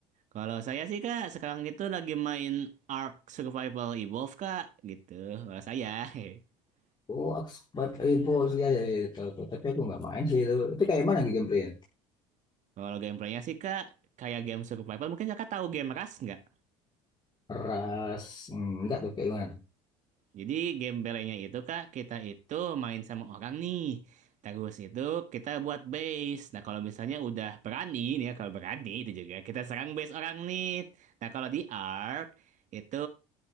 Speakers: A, on the right; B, on the left.
A: Kalau saya sih Kak sekarang itu lagi main Ark Survival Evolved Kak gitu. Kalau saya. <laughs>
B: Oh, aku sempat eh, bos ya, ya, ya, ya, tahu, tahu. Tapi aku nggak main sih itu. Itu kayak mana lagi gameplaynya?
A: Kalau gameplaynya sih Kak kayak game survival mungkin Kakak tahu game Rust nggak?
B: Keras, Hmm, nggak tuh kayak gimana tuh?
A: Jadi game belenya itu kak kita itu main sama orang nih. Terus itu kita buat base. Nah kalau misalnya udah berani nih ya kalau berani itu juga kita serang base orang nih. Nah kalau di Ark itu